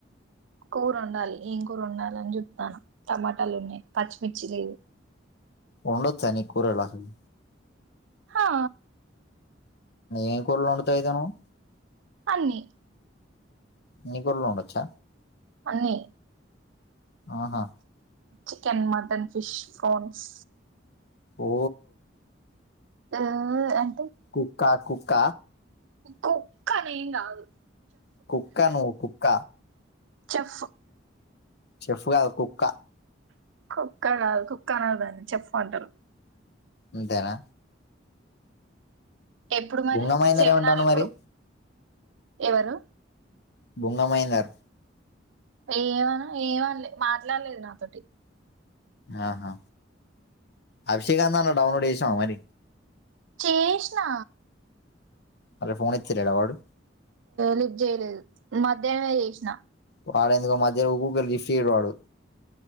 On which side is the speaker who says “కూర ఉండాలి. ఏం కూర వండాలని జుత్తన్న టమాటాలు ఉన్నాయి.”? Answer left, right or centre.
Right